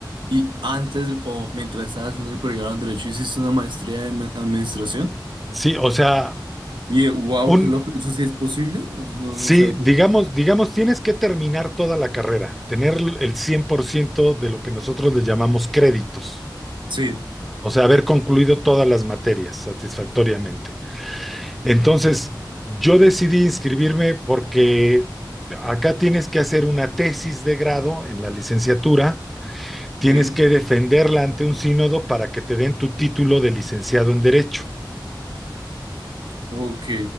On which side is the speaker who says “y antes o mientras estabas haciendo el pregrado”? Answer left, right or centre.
Right